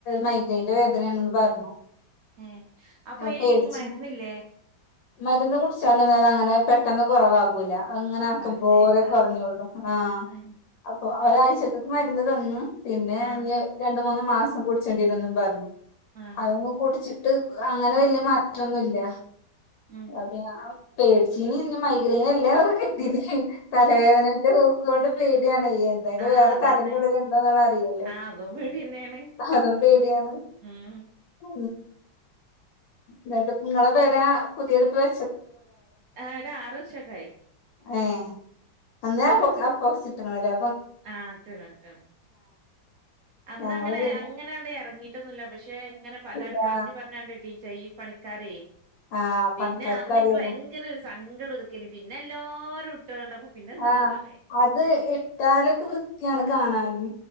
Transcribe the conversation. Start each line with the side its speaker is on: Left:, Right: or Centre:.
Left: മൈഗ്രൈന്റെ വേദനയാണെന്ന് പറ <unintelligible>
Right: ഏ അപ്പൊ ഈ
Left: പേടിച്ച്
Right: മരുന്നില്ലേ
Left: മരുന്ന് കുടിച്ചാൽ ഒന്നും അത് അങ്ങനെ പെട്ടെന്ന് കുറവാകൂല. അങ്ങനെ ആക്കുമ്പോലെ
Right: പറയണേക്കാ
Left: കുറഞ്ഞോള്ളൂ ആ
Right: ആഹ്
Left: അപ്പൊ ഒരാഴ്ചത്തേക്കു മരു ന്ന് തന്ന് പിന്നെ
Right: ആഹ്
Left: അഞ്ഞ് രണ്ട്മൂന്ന് ന്ന് മാസം കുടിച്ചണ്ടേരിന്നും പറഞ്ഞു.
Right: ആഹ്
Left: അതൊന്നും കുടിിച്ച ് അങ്ങനെ വലിയ മാറ്റമൊന്നുംല്ല
Right: ഉം
Left: അത പേടച്ചീന് മൈഗ്രൈന എല്ലാംക്ക കെട്ടീ തലവേദന ണ്ട് പേടിയാണ് എന്തായാലും
Right: ആഹ്
Left: വേറെ
Right: അതന്നെ
Left: തലം തൊുള്ളില ഉണ്ടോ എന്നുള്ള അറിയല്ലേ
Right: ആഹ് അതും പേടിയന്നേണ്
Left: അതും പേടിയാണ്
Right: ഉം
Left: ഉ എന്നിട്ട് നിങ്ങളെ പേര് പുതിയത്പ്പ വെ
Right: ആ ഒരു ആറു വർഷൊക്കായി
Left: ഏ അന്ന അക് അപ്പോക്സി ഇട്ടങ്ങല്ലേ
Right: ആഹ തന്ന തന്ന അന്ന്
Left: ഞങ്ങള്
Right: അങ്ങനെ
Left: പിന്നെ
Right: അങ്ങനക്ട് എറങ്ങിട്ടൊന്നുല്ല പക്ഷെ ങ്ങനെ പലരും
Left: പിന്നെ
Right: പറഞ്ഞു പറഞ്ഞട്ഡീ ച്ച ഈ പണിക്കാരേ
Left: ആഹ്
Right: പിന്നെ
Left: പണിക്കാർക്ക്
Right: അന്ന്
Left: അറിയല്ലോ
Right: ഇന്ക്ക് ഭയങ്കര സങ്കടം ഇതുക്കാന് പിന്നെ എല്ലാരും ഇട്ട് കണ്ടപ്പോ പിന്നെ സമാധാനായി
Left: ആഹ് അത് ഇട്ടാലൊക്കെ വൃത്തിയാണ് കാണാന്